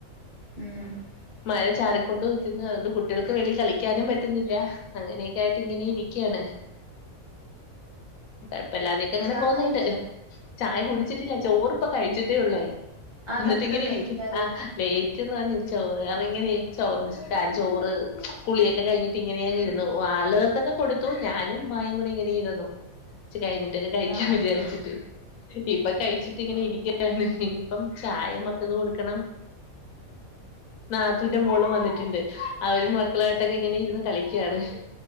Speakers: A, on the right (about 20°); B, on the left (about 80°).
A: <inaudible>
B: മഴ ചാറിക്കൊണ്ട് നി - അതുകൊണ്ട് കുട്ടികൾക്ക് വെളിയി കളിക്കാനും പറ്റുന്നില്ല അങ്ങനെയൊക്കെ ആയിട്ട് ഇങ്ങനെ ഇരിക്കയാണ്. അ <unintelligible> അപ്പല്ലാതെയൊക്കെ അങ്ങനെ
A: ചായ
B: പോകുന്നുണ്ട്
A: കുടിച്ചോ
B: ചായ കുടിച്ചിട്ടില്ല ചോറിപ്പ കഴിച്ചിട്ടേ ഉള്ളേ.
A: അതെന്താ
B: എന്നിട്ട്
A: ഇപ്പ ഇത്ര
B: ഇങ്ങനെ
A: ലേറ്റ്
B: ഇരിക്കും
A: ആയി
B: ആ ലേറ്റ്ന്ന് പറ <unintelligible> ചോ ഇങ്ങനെയ ചോദിച്ചു. ചോറ് കുളിയൊക്കെ കഴിഞ്ഞിട്ട് ഇങ്ങനെയങ്ങ് ഇരുന്നു ആളുകള്ക്കൊക്കെ കൊടുത്തു ഞാനും ഉമ്മായും കൂടി ഇങ്ങനെ ചെയതോ <unintelligible> കഴിഞ്ഞിട്ടൊക്കെ കഴിക്കാൻ
A: ആഹ് ആഹ്
B: വിചാരിച്ചിട്ട് ഇപ്പൊ കഴിച്ചിട്ട് ഇങ്ങനെ ഇരിക്കു - ഇനിയിപ്പം ചായ മക്കക്ക് കൊടുക്കണം. നാത്തുന്റെ മോളും വന്നിട്ടുണ്ട് അവരും മക്കളായിട്ടൊക്കെ ഇങ്ങനെയിരുന്ന് കളിക്കാണ്.